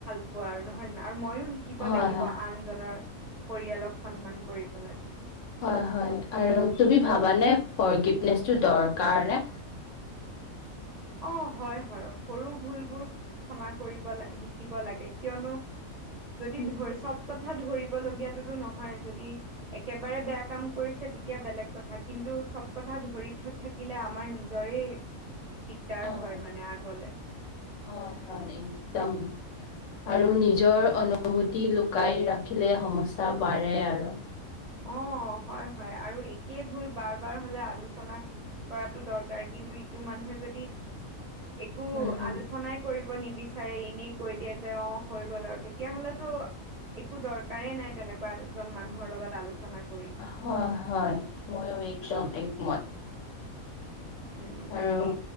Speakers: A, on the right; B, on the left.
A: আৰু নহয় জানো আৰু ময়ো শিকিব
B: হয়,
A: লাগিব
B: হয়।
A: আনজনৰ পৰিয়ালক সন্মান কৰিবলৈ।
B: হয়, হয় আৰু তুমি ফৰ্গিভেনেছ টো, দৰকাৰনে
A: অ, হয় হয় সৰু ভুলবোৰ ক্ষমা কৰিব ল শিকিব লাগে কিয়নো যদি
B: উম
A: ধৰি
B: হুম
A: চব কথা ধৰিব লগীয়াতোতো নহয় যদি একেবাৰে বেয়া কাম কৰিছে তেতিয়া বেলেগ কথা কিন্তু চব কথা ধৰি থ থাকিলে আমাৰ নিজৰে দিগদাৰ
B: অ'
A: হয় মানে আগলে।
B: হয়, হয় একদম। আৰু নিজৰ অনুভূতি লুকাই ৰাখিলে সমস্যা বাঢ়ে আৰু।
A: অ, হয়, হয় আৰু একেই ভুল বাৰ বাৰ হলে আলোচনা কৰাতটো দৰকাৰ, কিন্তু ইটো মানুহে যদি একো
B: উম হম
A: আলোচনাই কৰিব নিবিচাৰে, এনেই কৈ দিয়ে যে অঁ হৈ গ'ল আৰু তেতিয়াহলেতো একো দৰকাৰেই নাই তেনেকুৱা এজন মানুহৰ লগত আলোচনা কৰি।
B: হয় হয় মইও একদম একমত।
A: উম, তাকে
B: আৰু